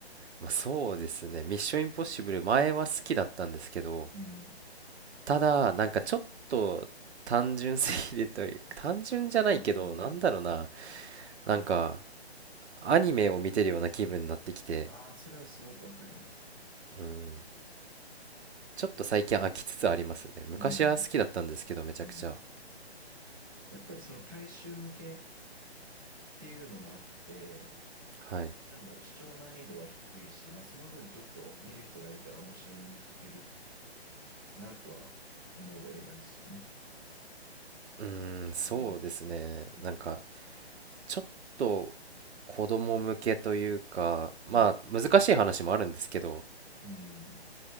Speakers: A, on the right; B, on the right.
A: まあ、そうですね。ミッションインポッシブル前は好きだったんですけど、
B: うん。
A: ただ、なんかちょっと単純すぎるという、単純じゃないけど、
B: あの、
A: なんだろうな。なんか、
B: うん。
A: アニメを見てるような気分になってきて、
B: ああ、それはすごくわかります。
A: うん、ちょっと最近飽きつつありますね。昔は好きだったんですけど、
B: うん。
A: めちゃくちゃ。
B: うん。やっぱりその大衆向けっていうのもあって、
A: はい。
B: なんだろう、視聴難易度は低いし、まあその分ちょっと見る人が見たら面白みに欠けるなとは思う映画ですよね。
A: うーん、そうですね。
B: うん。うん。
A: なんか、ちょっと子供向けというか、まあ、
B: うん。
A: 難しい話もあるんですけど、
B: うん。